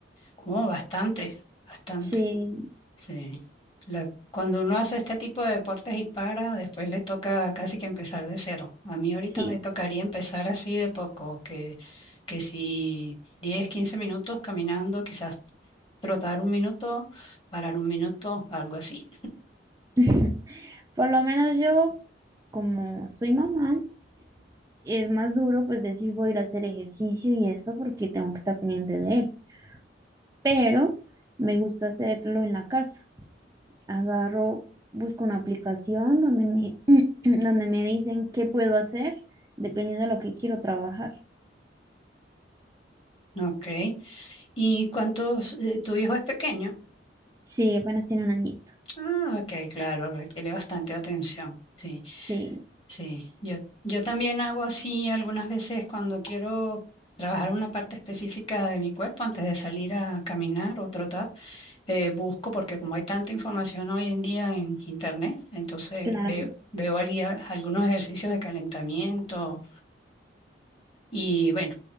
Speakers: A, on the left; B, on the right.
A: Oh, bastante, bastante.
B: Sí,
A: Sí. La- cuando uno hace este tipo de deportes y para, después le toca casi que empezar de cero. A mí ahorita
B: sí.
A: me tocaría empezar así de poco, que, que si 10, 15 minutos caminando, quizás trotar un minuto, parar un minuto, algo así.
B: <laughs> Por lo menos yo, como soy mamá, es más duro pues decir voy a ir a hacer ejercicio y eso porque tengo que estar pendiente de él. pero me gusta hacerlo en la casa. Agarro, busco una aplicación donde me, <clears throat> donde me dicen qué puedo hacer dependiendo de lo que quiero trabajar.
A: Ok. ¿Y cuántos, eh, tu hijo es pequeño?
B: Sí, apenas tiene un añito.
A: Ah, ok, claro, requiere bastante atención. Sí.
B: Sí,
A: Sí, yo, yo también hago así algunas veces cuando quiero trabajar una parte específica de mi cuerpo antes de salir a caminar o trotar, eh, busco porque como hay tanta información hoy en día en internet, entonces
B: claro.
A: veo, veo ali- algunos ejercicios de calentamiento y bueno,